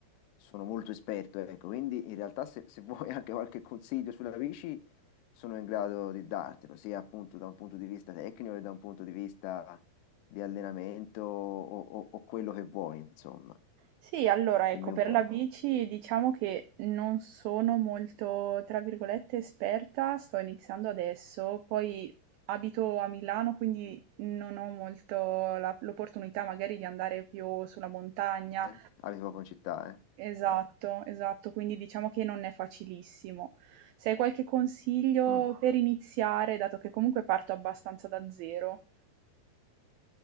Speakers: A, on the left; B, on the right.
A: sono molto esperto, ecco. Quindi in realtà se, se <laughs> vuoi anche qualche consiglio sulla bici, sono in grado di dartelo, sia appunto da un punto di vista tecnico che da un punto di vista di allenamento o, o- o quello che vuoi, insomma.
B: Sì, allora ecco,
A: Dimmi un
B: per
A: po'.
B: la bici diciamo che non sono molto, tra virgolette, esperta, sto iniziando adesso, poi abito a Milano, quindi non ho molto la- l'opportunità magari di andare più sulla montagna.
A: eh? Abiti proprio in città, eh?
B: Esatto,
A: Eh,
B: esatto, quindi diciamo che non è facilissimo. Se hai qualche consiglio
A: mm.
B: per iniziare, dato che comunque parto abbastanza da zero,